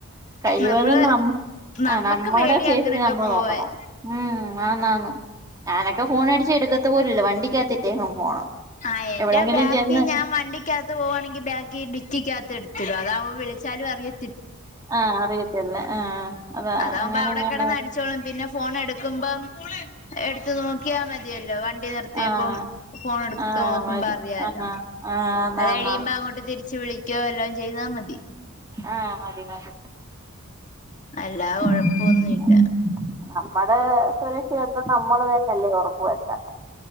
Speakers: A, on the right (about 15°); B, on the left (about 35°).
A: കഴിവതും
B: നമ്മള്
A: ന
B: നമ്മക്ക്
A: ആ നമ്മുടെ
B: പേടിയാ
A: സേഫ്റ്റി
B: അങ്ങനൊക്കെ
A: നമ്മൾ
B: പോവാൻ
A: നോക്കണം ഉം ആന്നാന്ന് ഞാനൊക്കെ ഫോൺടിച്ച് എടുക്കത്ത പോലുല്ല വണ്ടിക്കകത്തിട്ടേക്കും ഫോണ്
B: ആഹ് എന്റെ
A: എവിടെയെങ്കിലും
B: ബാക്കി
A: ചെന്ന്
B: ഞാൻ വണ്ടിക്കകത്ത് പോകുകവാണെങ്കിൽ ബാഗി ഡിക്കികത്ത് എടുത്തിടും അതാവുമ്പ വി ളിച്ചാലും അറിയ
A: ആഹ് അറിയത്തില്ല ആഹ് അതാ
B: അതാകുമ്പ
A: അങ്ങനെങ്ങാണ്ട്
B: അവിടെ കെടന്ന് അടിച്ചോളും പിന്നെ ഫോൺ എടുക്കുമ്പം എടുത്തു നോക്കിയാമതി യല്ലോ വണ്ടി നിത്തിയപ്പം
A: ആഹ്
B: ഫോൺ എടുത്ത്
A: ആഹ്
B: നോക്കുമ്പോ
A: മതി
B: അറിയല്ലോ
A: ആഹ് ആഹ് ആന്നാന്ന്
B: അത് കഴിയുമ്പോ അങ്ങോട്ട് തിരിച്ച് വിളി ക്കോ വാല്ലോം ചെയ്താ മതി
A: ആ മതി മതി
B: അല്ലാതെ കൊഴപ്പൊന്നുല്ല
A: ഉം ഉം ഉം നമ്മടെ സുരക്ഷിതത്വം നമ്മൾ തന്നെല്ലേ ഉറപ്പ് വരുത്തണ്ടെ.